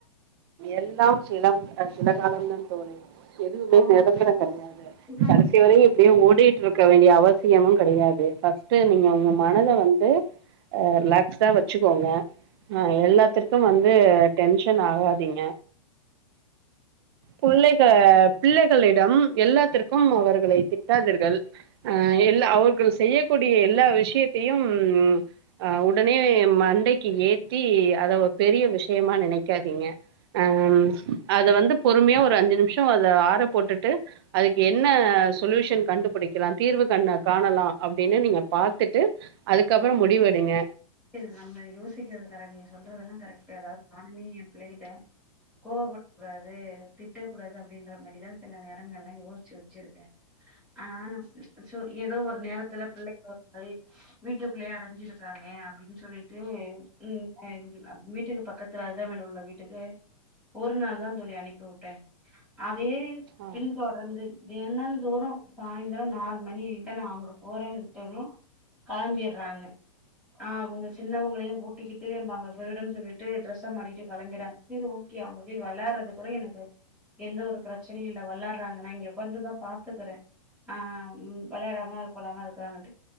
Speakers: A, on the right (about 45°); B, in the centre.
A: எல்லாம் சிலம் <unintelligible> இந்த காலந்தான் தோன எதுவுமே
B: ஆமா
A: நிரந்தரம் கெடையாது
B: கண்டிப்பா
A: கடைசி வரையும் டிய ஓடிட்டு இருக்க வேண்டிய அவசியமும் கெடையாது ஃபர்ஸ்ட் நீங்க உங்க மனத வந்து ரிலாக்ஸ்டா வச்சுக்கோங்க எல்லாத்திர்கும் வந்து டென்சன் ஆகாதி அதிங்க புள்ளக பிள்ளைகளிடம் எல்லாத்திற்கும் அவர்களை திட்டாதீர்கள் அஹ் எல்ல அவர்கள் செய்யக்கூடிய எல்லா விஷயத்தையும் அஹ் உடனே மண்டைக்கு ஏத்தி அத ஒரு பெரிய விஷயமா நெனைக்காதீங்க அஹ் அத வந்து பொறுமையா ஒரு அஞ்சு நிமிஷம் அத ஆற போட்டுட்டு அதுக்கு என்ன சொல்யூஷன் கண்டுபுடிக்கலாம் தீர்வு கண்ண காணலாம் அப்படின்னு நீங்க பாத்துட்டு அதுக்கபபறம் முடிவெடுங்க
B: சரி நம்ம யோசிக்கிறது கர நீங்க சொல்ல அதெல்லாம் கரெக்ட்டா <unintelligible> பிள்ளகிட்ட கோவப்படக் கூடாது திட்டக்கூடாது அப்டின்ற மாதிரிதான் சில நேரங்கள் எல்லாம் யோசிச்சு வச்சிருக்கேன் ஆனா ஏதோ ஒரு நேரத்துல பிள்ளை <unintelligible> மாதிரி வீட்டுக்குள்ளையே அடஞ்சிருக்காங்க <unintelligible> அப்டின்னு சொல்லிட்டு <unintelligible> வீட்டுக்கு பக்கத்துல அருகாமைல உள்ள வீட்டுக்கு ஒரு நாள் தான் தோழி அனுப்பியுட்டேன் அதே
A: ஆ
B: பின் தொடர்ந்து தினந்தோறும் சாய்ந்தரம் நாலு மணிட்ட நான் அங்க போறேன்ட்டு களம்பிடுறாங்க ஆஹ் அவங்க சின்னவங்களையும் கூட்டிக்கிட்டு நாங்க செய்ரோனு சொல்லிட்டு ட்ரெஸ் மாட்டிடு கிளம்பறாங்க சரி ஓகே அவங்க போய் விளையாடுறது கூட எனக்கு எந்த ஒரு பிரச்சனையும் இல் விளையாடுறாங்க நான் இங்க கொந்துதான் பாத்துக்கறேன் ஆஹ் விளையாடாம இரு கொள்ளாம இருக்கறாங்கட்டு